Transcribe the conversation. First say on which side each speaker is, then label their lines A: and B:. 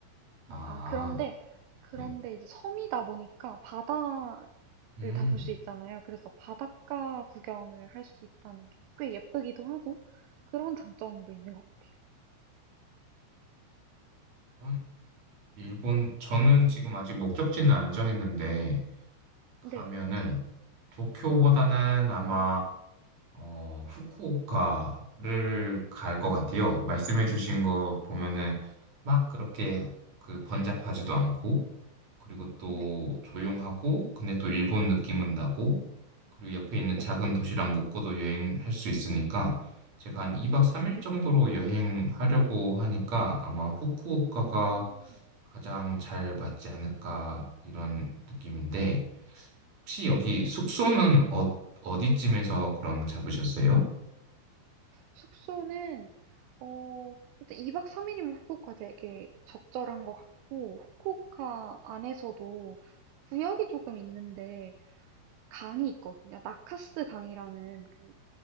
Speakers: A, on the right; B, on the right.
A: 아,
B: 네, 아, 그런데, 그런데
A: 네.
B: 이제 섬이다 보니까 바다를
A: 음.
B: 다 볼 수 있잖아요. 그래서 바닷가 구경을 할 수 있다는 게 꽤 예쁘기도 하고 그런 장점도 있는 것 같아요.
A: 음, 일본, 저는 지금 아직 목적지는 안 정했는데, 가면은
B: 네,
A: 도쿄보다는 아마, 어, 후쿠오카를 갈 것
B: 음,
A: 같아요. 말씀해주신 거 보면은 막 그렇게 그 번잡하지도 않고, 그리고 또
B: 네,
A: 조용하고, 근데 또 일본 느낌은
B: 음,
A: 나고, 그리고 옆에 있는
B: 네,
A: 작은 도시랑 묶어도 여행할 수 있으니까, 제가 한 2박 3일 정도로 여행하려고 하니까 아마 후쿠오카가
B: 오,
A: 가장 잘 맞지 않을까 이런 느낌인데 혹시 음.
B: 네.
A: 여기 숙소는 어, 어디쯤에서 그럼 잡으셨어요?
B: 숙소는 어, 일단 2박 3일이면 후쿠오카 되게 적절한 것 같고 후쿠오카 안에서도 구역이 조금 있는데 강이 있거든요. 나카스 강이라는 그